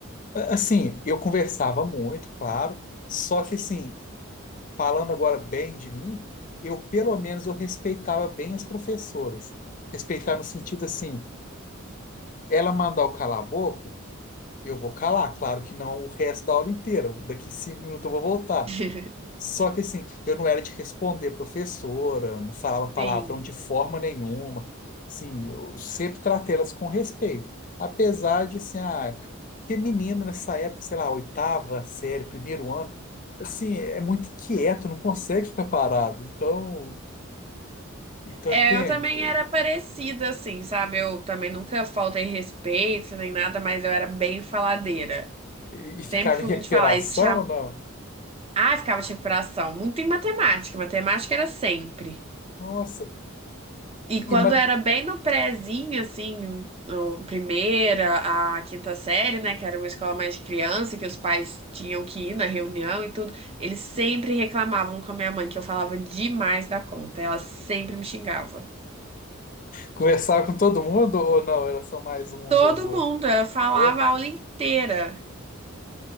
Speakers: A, on the left; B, on the right.
A: assim, eu conversava muito, claro, só que assim, falando agora bem de mim, eu pelo menos eu respeitava bem as professoras. Respeitar no sentido assim, Ela mandar eu calar a boca, eu vou calar. Claro que não o resto da aula inteira. Daqui cinco minutos eu vou voltar.
B: <laughs>
A: Só que assim, eu não era de responder professora, não falava palavrão
B: Sim.
A: de forma nenhuma. Sim, eu sempre tratei elas com respeito. Apesar de, assim, ah, que menino nessa época, sei lá, oitava série, primeiro ano, assim, é muito inquieto, não consegue ficar parado. Então, então
B: É,
A: entende?
B: eu também era parecida, assim, sabe? Eu também nunca faltei respeito nem nada, mas eu era bem faladeira.
A: E
B: Sempre
A: e ficava
B: fui
A: em recuperação,
B: muito falar. Isso
A: não?
B: Ah, ficava de recuperação. Muito em matemática. Matemática era sempre.
A: Nossa.
B: E
A: E,
B: quando
A: e ma-
B: era bem no prézinho, assim, no primeira, a quinta série, né, que era uma escola mais de criança, que os pais tinham que ir na reunião e tudo, eles sempre reclamavam com a minha mãe que eu falava demais da conta. Ela sempre me xingava.
A: Conversava com todo mundo ou não? Era só mais uns
B: Todo
A: aos outros?
B: mundo, eu falava
A: É?
B: a aula inteira.